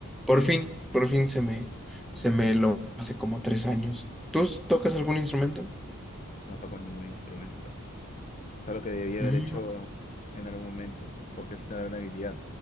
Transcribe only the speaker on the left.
No toco ningún instrumento. Es algo que debía
haber hecho en algún momento, porque es una gran habilidad.